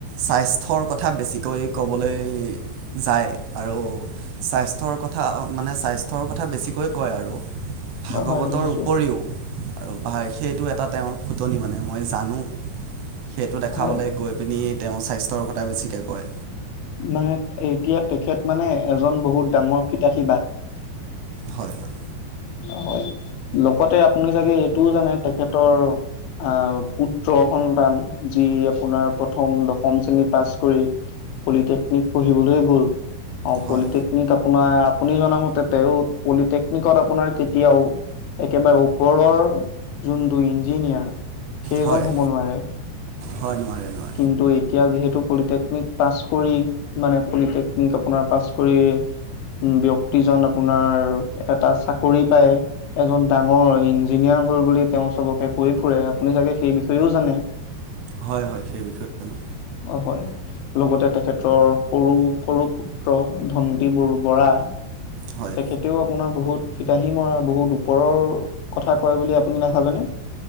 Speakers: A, on the right; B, on the left.
A: স্বাস্থ্যৰ থৰ কথা বেছিকৈ ক'বলৈ যায় আৰু স্বাস্থ্যৰ কথা মানে স্বাস্থ্যৰ কথা বেছিকৈ কয় আৰু। ভাগৱতৰ
B: হয় বুজিছোঁ।
A: উপৰিও আৰু সেইটো এটা তেওঁৰ ফুটনি মানে মই জানো, সেইটো দেখাবলৈ
B: হয়,
A: গৈ পিনি তেওঁ স্বাস্থ্যৰ কথা বেছিকৈ কয়।
B: মানে এতিয়া তেখেত মানে এজন বহুত ডাঙৰ ফিতাহীবাদ।
A: হয় হয়।
B: হয় লগতে আপুনি চাগে এইটোও জানে তেখেতৰ আহ পুত্ৰ সন্তান যি আপোনাৰ প্ৰথম দশম শ্ৰেণী পাছ কৰি পলিটেকনিক পঢ়িবলৈ গ'ল। অ',
A: হয়
B: পলিটেকনিক আপোনাৰ, আপুনি জনামতে তেওঁ পলিটেকনিকৰ আপোনাৰ কেতিয়াও, একেবাৰে ওপৰৰ যোনটো ইঞ্জিনিয়াৰ সেইজন
A: হয়
B: হ'ব নোৱাৰে।
A: হয়, নোৱাৰে, নোৱাৰে।
B: কিন্তু এতিয়া যিহেতু পলিটেকনিক পাছ কৰি, মানে পলিটেকনিক আপোনাৰ পাছ কৰি, ব্যক্তিজন আপোনাৰ এটা চাকৰি পায়। এজন ডাঙৰ ইঞ্জিনিয়াৰ হ'ল বুলি তেওঁ চবকে কৈ ফুৰে, আপুনি চাগে সেই বিষয়েও জানে?
A: হয়, হয়, সেই বিষয়ে জানো।
B: অ', হয়। লগতে তেখেতৰ সৰু, সৰু পুত্ৰ, ধণ্টী ব, বৰা।
A: হয়।
B: তেখেতেও আপোনাৰ বহুত ফিতাহী মৰা, বহুত ওপৰৰ কথা কয় বুলি আপুনি নাভাবেনে?